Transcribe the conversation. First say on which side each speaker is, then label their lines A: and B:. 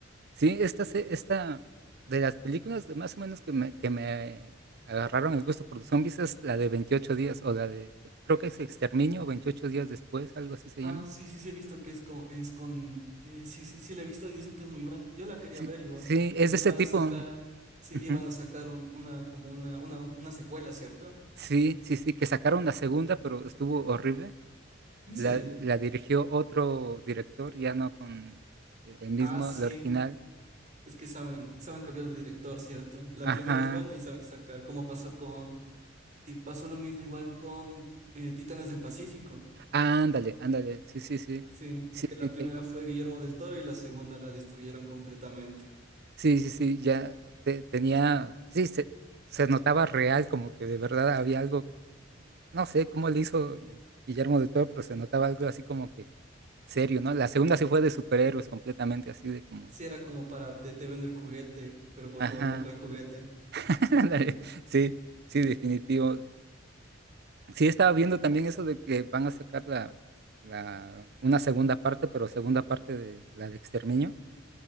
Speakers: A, on the right (about 55°); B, on the right (about 40°).
A: Sí, esta, se- esta de las películas de más o menos que me, que me agarraron el gusto por los zombies es la de 28 días o la de, creo que es Exterminio o 28 días después, algo así se
B: Ah,
A: llama.
B: sí, sí, sí, he visto que es con, es con, eh, sí, sí, sí, la he visto y dicen que es muy buena. Yo la quería
A: Sí,
B: ver igual,
A: sí, es
B: porque
A: de este
B: iban
A: tipo.
B: a sacar, sí,
A: Ujú.
B: iban a sacar un- una, como una, una, una secuela, ¿cierto?
A: Sí, sí, sí, que sacaron la segunda, pero estuvo horrible.
B: ¿En
A: La,
B: serio?
A: la dirigió otro director, ya no con este, el mismo,
B: Ah, sí,
A: el original.
B: es que saben, saben cambiar de director, ¿cierto? La
A: Ajá.
B: primera es buena y saben sacar, como pasó con, y pasó lo mismo igual con eh, Titanes del Pacífico.
A: Ándale, ándale, sí, sí, sí,
B: Sí,
A: sí,
B: que
A: sí,
B: la primera
A: que,
B: fue Guillermo del Toro y la segunda la destruyeron completamente.
A: sí, sí, sí, ya te- tenía, sí, se, se notaba real, como que de verdad había algo, no sé cómo le hizo Guillermo del Toro, pero se notaba algo así como que serio, ¿no? La segunda sí fue de superhéroes completamente, así de como,
B: Sí, era como para te, te vendo el juguete, pero por
A: ajá,
B: favor compra el juguete.
A: <laughs> ándale, sí, sí, definitivo. Sí, estaba viendo también eso de que van a sacar la, la, una segunda parte, pero segunda parte de la de Exterminio.